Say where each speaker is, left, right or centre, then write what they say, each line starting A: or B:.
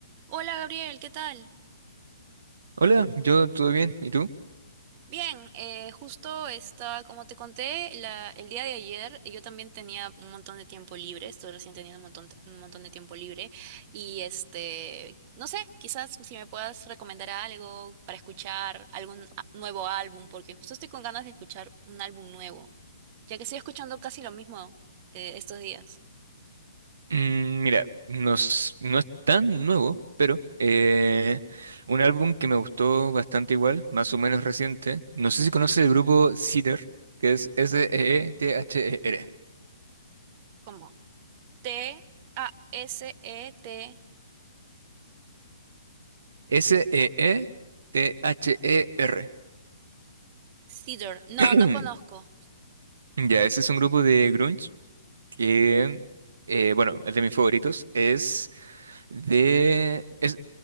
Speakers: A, on the right; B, on the right.
A: Hola Gabriel, ¿qué tal?
B: Hola, yo todo bien, ¿y tú?
A: Bien, eh, justo está, como te conté, la, el día de ayer yo también tenía un montón de tiempo libre, estoy recién teniendo un montón, un montón de tiempo libre y este, no sé, quizás si me puedas recomendar algo para escuchar algún a- nuevo álbum, porque justo estoy con ganas de escuchar un álbum nuevo, ya que estoy escuchando casi lo mismo eh, estos días,
B: Mm, mira, no es, no es tan nuevo, pero eh, un álbum que me gustó bastante igual, más o menos reciente. No sé si conoces el grupo Seether, que es S-E-E-T-H-E-R.
A: como T-A-S-E-T,
B: S-E-E-T-H-E-R.
A: Cedar. No,
B: <clears throat>
A: no conozco.
B: Ya, ese es un grupo de grunge que, eh, bueno, es de mis favoritos. Es de... Es,